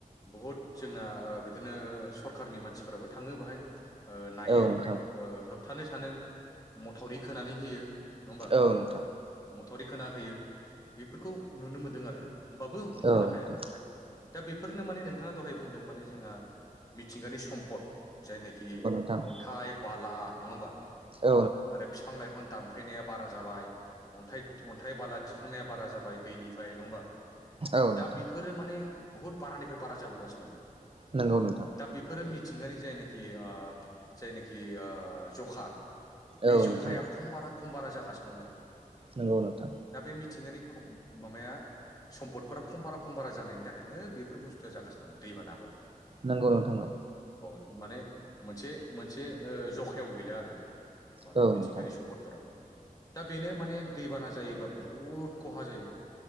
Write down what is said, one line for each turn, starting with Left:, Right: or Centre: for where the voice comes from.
Left: बहुद जोंना बिदिनो सरखारनि मानसिफोराबो थाङो बाहाय ओ नायो
Right: औ नोंथां औ नोंथां
Left: ओ होबथानो सानो माथावरि खोनानै होयो नङा होमबा
Right: औ नोंथां
Left: मथरि खोना होयो बेफोरखौ नुनो मोनदों आरो होमबाबो हमथानो
Right: औ नोंथां औ
Left: हाया
Right: नोंथां
Left: दा बेफोरनो माने नोंथाङा दहाय बुं दों माने जोंहा मिथिंगानि सम्पद जायनाखि
Right: औ नोंथां औ
Left: अन्थाइ बाला नङा होमबा
Right: नोंथां
Left: आरो फिफां-लाइफां दानफायनाया बारा जाबाय अन्थाइ अन्थाइ बाला दिखांनाया बारा जाबाय दैनिफ्राय नङा होमबा
Right: औ नोंथां
Left: दा बिफोरो माने बुहुत बारानिफ्राय बारा जाबोगासिनो दं।
Right: नंगौ नोंथां
Left: दा बेफोरो मि मिथिंगानि जायनाखि ओ जायनाखि आ जखा बे
Right: औ
Left: जखाया
Right: नोंथां
Left: खम बारा खम बारा जागासिनो दं आरो।
Right: नोंगौ नोंथां
Left: दा बे मिथिंगानि ख' मामाया सम्दफोरा खम बारा खम बारा जानायनि थाखायनो बेफोर बुस्थुआ जागासिनो दं दैबानाफोर
Right: नंगौ नोंथां औ
Left: माने मोनसे मोनसे ओ जखायाव गैला आरो माने
Right: औ
Left: मिथिंगायारि
Right: नोंथां
Left: सम्पदफोराव दा बेनो माने दैबाना जायोबा बहुद खहा जायो